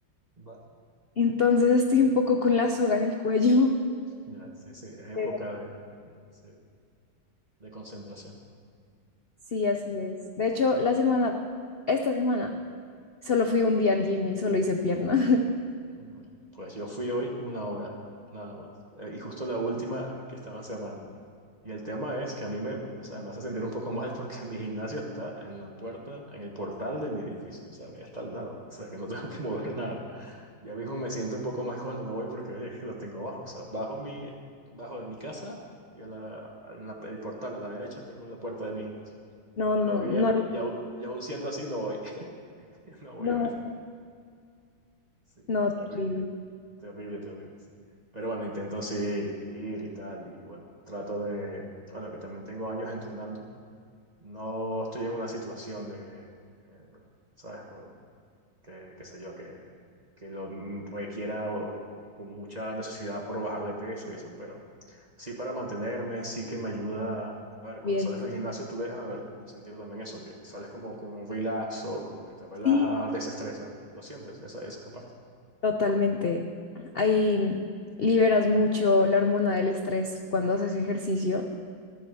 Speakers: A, on the right; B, on the left.
A: Vale.
B: Entonces estoy un poco con la soga en el cuello.
A: Ya, sí, sí,
B: <laughs>
A: es época
B: Pero
A: de, sí, de concentración.
B: sí, así es. De hecho, la semana, esta semana, solo fui un día al gym y solo hice pierna. <laughs>
A: Bueno, Pues yo fui hoy una hora, nada más. Eh, y justo la última que estaban cerrando. Y el tema es que a mí me, o sea, me hace sentir un poco <laughs> mal porque mi gimnasio está en la puerta, en el portal de mi edificio, ¿sabes? Está al lado, o sea, que no <laughs> tengo que mover nada. Ya mismo me siento un poco mal cuando no voy porque eh, lo tengo abajo, o sea, bajo mi, bajo de mi casa y a la, a la- el portal a la derecha tengo la puerta de mi gimnasio.
B: No,
A: Y
B: no,
A: todavía,
B: no.
A: y, au- y aún siendo así, no voy, <laughs> no voy
B: No.
A: a ver. Sí,
B: No, terrible.
A: terrible, terrible, terrible, sí. Pero bueno, intento así ir y tal, y bueno, trato de, bueno, que también tengo años entrenando. No estoy en una situación de que, eh, ¿sabes? Por, que, qué sé yo, que, que lo requiera o- con mucha necesidad por bajar de peso y eso, pero sí para mantenerme, sí que me ayuda. A ver, cuando
B: Bien.
A: sales del gimnasio, tú dejas de ver, de sentir también eso, que sales como con un relax o como que te relajas,
B: Sí,
A: desestresa. Lo sientes, esa, esa esa parte.
B: totalmente. Ahí mm, liberas mucho la hormona del estrés cuando haces ejercicio